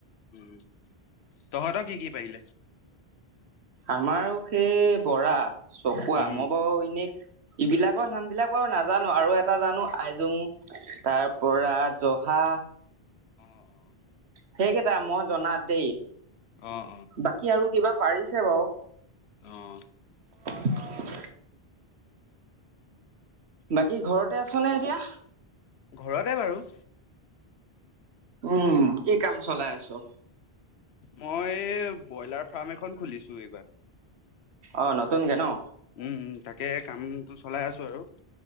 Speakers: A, on the left; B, on the right.
A: উম তহতঁক কি পাৰিলে
B: আমাৰো সেই বৰা চকুৱা
A: উম,
B: মই বাৰু এনেই এইবিলাকৰ নাম বিলাক বাৰু নাজানো আৰু এটা জানো আইজোং তাৰ পৰা জহা
A: অঁ অঃ
B: সেইকেইটা মই জনাত দেই
A: অ',
B: বাকী আৰু কিবা পাৰিছ ছে বাৰু
A: অঁ
B: <inaudible> বাকী ঘৰতে আছনে এতিয়া
A: ঘৰতে বাৰু
B: উম কি কাম চলাই আছো
A: মই ব্ৰইলাৰ ফাৰ্ম এখন খুলিছো এইবাৰ
B: অঁ নতুন কৈ নহ্
A: উম তাকে কামটো চলাই আছো আৰু